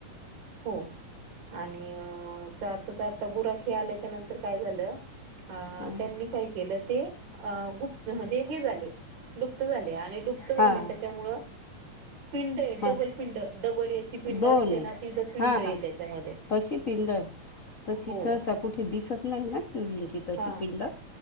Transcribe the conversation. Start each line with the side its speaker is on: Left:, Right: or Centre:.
Right: हो आणि चारता चारता बुराखी आल्याच्या नंतर काय झालं अ
Left: हां
Right: त्यांनी काही ते गुप्त म्हणजे लुप्त जाले लुप्त झाले
Left: हां
Right: त्याच्यामुळं पिंड आहे डबल
Left: हां
Right: पिंड डबल याची पिंड
Left: दोन्ही
Right: असते ना तीथ पिंड
Left: हां
Right: आहे
Left: हां
Right: त्याच्यामध्ये
Left: तशी पिंड आहे तशी
Right: हो
Left: सहसा कुठे दिसत नाही ना शिवजींची तशी
Right: हा
Left: पिंड